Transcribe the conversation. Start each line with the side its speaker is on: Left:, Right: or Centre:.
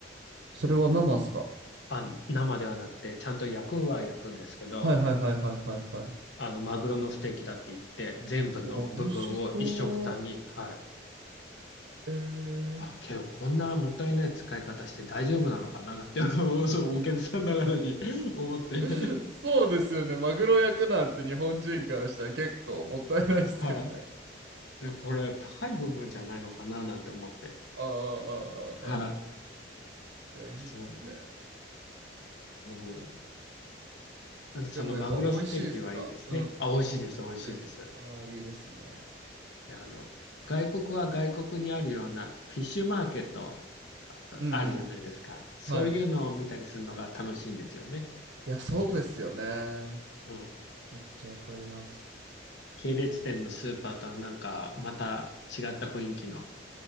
Right: それは生っすか
Left: あ、生ではなくて、ちゃんと焼くは焼くんですけど、
Right: はいはいはいはいはいはい。
Left: あの、マグロのステーキだって言って、全部の部分を一食単に、
Right: うわ、美味しそ
Left: はい。
Right: う。えー。
Left: あ、けど、こんなもったいない使い方して大丈夫なのかななんて、<laughs> そう、お客さんながらに <laughs> 思って。
Right: <laughs> そうですよね。マグロ焼くなんて日本人からしたら結構もったいないですよね。
Left: はい。で、これ、高い部分じゃないのかななんて思って。
Right: ああ、ああ、
Left: はい。
Right: ああいや、いいっすね。
Left: そう。うん。そのマグロステーキはいいですね。
Right: でもやっぱ美味しいんすかうん。
Left: あ、美味しいです、美味しいです。
Right: ステーキも。ああ、いいですね。
Left: で、あの、外国は外国にあるようなフィッシュマーケット
Right: うんうん。
Left: あるじゃないですか。そういうのを見たりするのが楽しいんですよね。
Right: はい。いや、そうですよね。
Left: うん。
Right: めっちゃわかります。
Left: 系列店のスーパーとはなんか、また違った雰囲気の。